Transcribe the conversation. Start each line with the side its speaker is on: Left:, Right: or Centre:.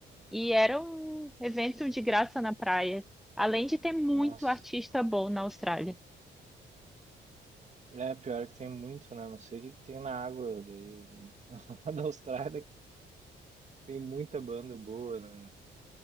Centre: E era um evento de graça na praia. Além de ter muito
Right: Nossa.
Centre: artista bom na Austrália.
Right: É, pior que tem muito, né? Não sei o que que tem na água de... <laughs> da Austrália, que tem muita banda boa, né?